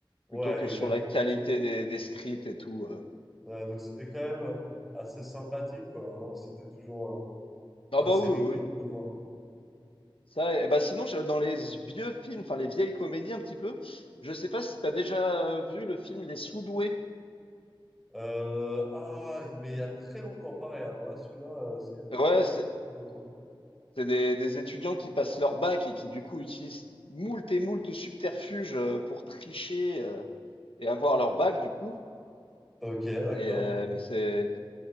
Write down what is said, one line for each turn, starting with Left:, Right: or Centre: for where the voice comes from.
Centre: Ouais,
Left: plutôt que
Centre: exactement.
Left: sur la qualité
Centre: Donc,
Left: des, des scripts et tout. euh.
Centre: ouais, donc c'était quand même euh, assez sympathique, quoi. hein. C'était toujours. euh,
Left: Ah
Centre: Ah,
Left: bah
Centre: c'est
Left: oui,
Centre: rigolo
Left: oui. oui.
Centre: de le voir.
Left: Ça, et bah sinon, je- dans les vieux films, enfin les vieilles comédies un petit peu, je sais pas si t'as déjà euh, vu le film Les Sous-doués.
Centre: Euh, ah, mais il y a très longtemps, pareil. Alors là, celui-là, euh, c'est il y a très,
Left: Ouais,
Centre: très,
Left: c'est
Centre: très, très, très longtemps.
Left: c'est des, des étudiants qui passent leur bac et qui du coup utilisent moult et moult subterfuges euh, pour tricher euh, et avoir leur bac du coup.
Centre: Ok, d'accord.
Left: Et euh, mais c'est